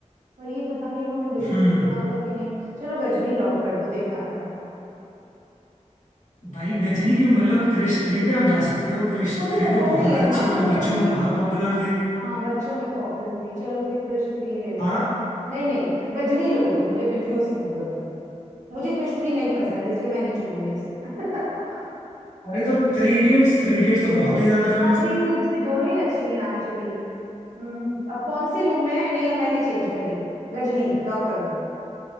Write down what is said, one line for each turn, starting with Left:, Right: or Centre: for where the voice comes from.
Right: पर ये पता नहीं इन्होंने बिजनेस
Left: हम्म
Right: किया होगा कि नहीं चलो गजनी लॉक कर दो देखा जाएगा
Left: भाई गजनी की मतलब क्रिश थ्री पे आप जा सकते हो क्रिश
Right: मुझे
Left: थ्री
Right: पसंद
Left: तो बहुत
Right: नहीं है ना
Left: अच्छी है
Right: वो
Left: मतलब
Right: कैसे
Left: बच्चों में बहुत पॉपुलर थी
Right: हाँ बच्चों में पॉपुलर थी चलो फिर क्रिश थ्री ले लो
Left: हाँ
Right: नहीं नहीं गजनी लो तुम मुझे कंफ्यूज कर रहे हो तुम मुझे क्रिश थ्री नहीं पसंद इसलिए मैं नहीं चुनूंगी उसे <laughs>
Left: अरे तो थ्री इडियट्स थ्री इडियट्स तो बहुत ही ज्यादा फेमस
Right: हाँ थ्री
Left: है
Right: इडियट्स भी दोनों ही अच्छी हैं एक्चुअली हम्म अब कौन सी लूं मैं नहीं अब मैं नहीं चेंज कर रही गजनी लॉक करो